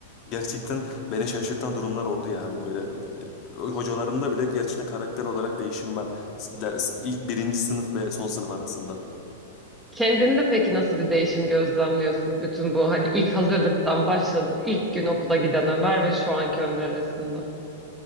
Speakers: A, on the left; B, in the centre.
A: Gerçekten beni şaşırtan durumlar oldu ya. Böyle e, hocalarımda bile gerçekten karakter olarak değişim var. S- Ders ilk birinci sınıf ve son sınıf arasında.
B: Kendinde peki nasıl bir değişim gözlemliyorsun? Bütün bu hani ilk hazırlıktan başladı, ilk gün okula giden Ömer ve şu anki Ömer arasında.